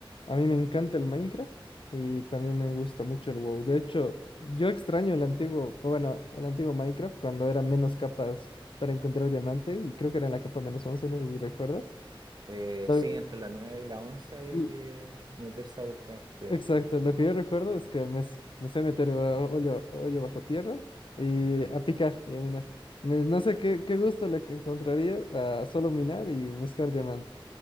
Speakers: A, on the left (about 65°); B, on the right (about 50°).
A: A mí me encanta el Minecraft y también me gusta mucho el WoW. De hecho, yo extraño el antiguo, bueno, el antiguo Minecraft cuando era menos capas para encontrar diamante y creo que era en la capa menos once no sé si recuerdas.
B: Eh,
A: Lo-
B: sí, entre la 9 y la 11 había
A: l-
B: que meterse a buscar, sí.
A: exacto, lo que yo recuerdo es que me, s- me sé meter a hoyo, hoyo bajo tierra y a picar y a minar. Me- no sé qué, qué gusto le que encontraría a solo minar y buscar diamantes.